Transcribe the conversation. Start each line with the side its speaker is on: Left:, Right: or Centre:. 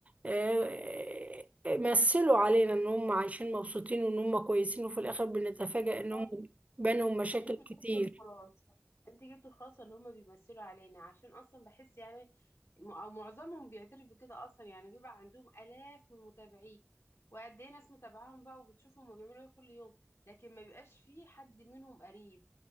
Right: آه، آه، مثلوا علينا ان هم عايشين مبسوطين وان هم كويسين وفي الاخر بنتفاجأ ان
Left: طب
Right: هم بينهم مشاكل
Left: انت
Right: كتير
Left: جبت الخلاصه انت جبت الخلاصه اللي هم بيمثلوا علينا عشان اصلا بحس يعني م- او معظمهم بيعترف بكده اصلا يعني بيبقى عندهم الاف من المتابعين وقد ايه ناس متابعاهم بقى وبتشوفهم هما بيعملوا ايه كل يوم لكن ما بيبقاش فيه حد منهم قريب